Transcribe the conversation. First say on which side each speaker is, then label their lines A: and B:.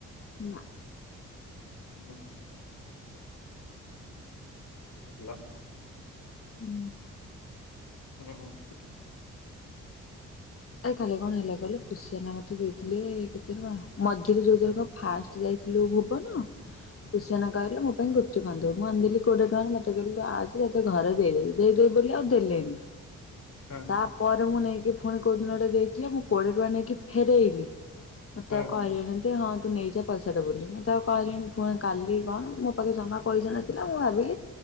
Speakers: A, on the left (about 40°); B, on the left (about 55°).
A: ନା
B: ହୁଁ। ଭଲ
A: ହୁଁ
B: ହୁଁ ଉଁ
A: ଆ କାଲି କଣ ହେଲା କହିଲ ପୁସିଆନା ମତେ ଦେଇଥିଲେ କେତେ ଟଙ୍କା ମଝିରେ ଯୋଉର ଫାଷ୍ଟ ଯ ଥିଲୁ ଭୁବନ ପୁସିଆନା କହିଲା ମୋ ପାଇଁ କୁ ମୁଁ ଆଣିଦେଲି କୋଡିଏ ଟଙ୍କାର, ମତେ କହିଲେ ଆସେ ତୋତେ ଘର ଦେଇଦେବି, ଦେଇଦେବି ବୋଲି ଆଉ ଦେଲେନି।
B: ହଁ
A: ତାପରେ ମୁଁ ନେଇକି ପୁଣି କୋଉଦିନ ଗୋଟେ ଦେଇଥିଲି ମୁଁ କୋଡିଏ ଟଙ୍କା ନେଇକି ଫେରଇଲି ମତେ
B: ହଁ
A: ଆଉ କହିଲେନି ତେ ହଁ ତୁ ନେଇଯା ପଇସାଟା ବୋଲି, ମତେଆଉ କହିଲିନି, ପୁଣି କାଲି କଣ ମୋ ପାଖେ ଜମା ପଇସା ନଥିଲା ମୁଁ ଭାବି